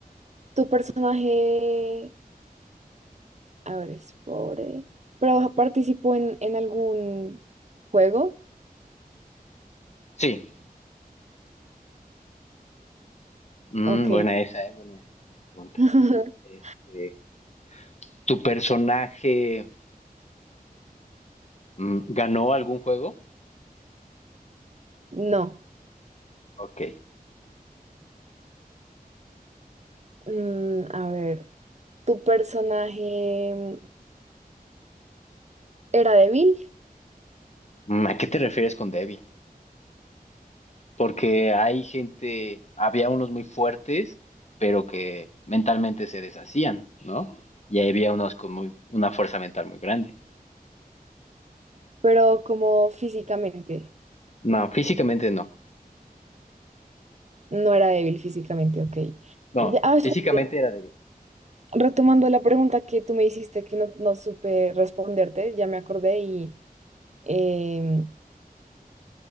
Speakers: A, on the right; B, on the left.
A: ¿tu personaje, a ver, es pobre, pero participó en, en algún juego?
B: Sí. Mm,
A: Ok.
B: buena esa, ¿eh? Buena, buena pregunta.
A: <laughs>
B: Este, ¿Tu personaje mm, ganó algún juego?
A: No.
B: Ok.
A: Mm, a ver, ¿tu personaje mm, era débil,
B: Mm, ¿A qué te refieres con débil? Porque hay gente, había unos muy fuertes, pero que mentalmente se deshacían, ¿no? Y había unos con muy, una fuerza mental muy grande.
A: pero como físicamente?
B: No, físicamente no.
A: No era débil físicamente, ok.
B: No,
A: De- ah, espérate,
B: físicamente era débil.
A: Retomando la pregunta que tú me hiciste que no, no supe responderte, ya me acordé y... em,